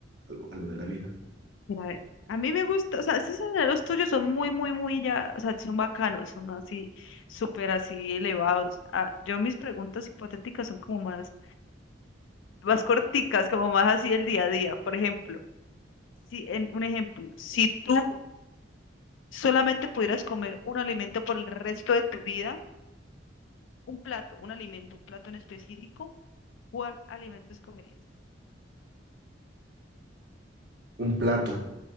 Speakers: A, on the right; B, on the left.
A: algo, algo de la vida.
B: Mira, a ver, a mí me gusta, o sea, esos senderos tuyos son muy, muy, muy ya, o sea, son bacanos, son así, súper así elevados. Ah, yo mis preguntas hipotéticas son como más, más corticas, como más así el día a día. Por ejemplo, si en un ejemplo, si tú solamente pudieras comer un alimento por el resto de tu vida, un plato, un alimento, un plato en específico, ¿cuál alimento escogerías?
A: Un plato,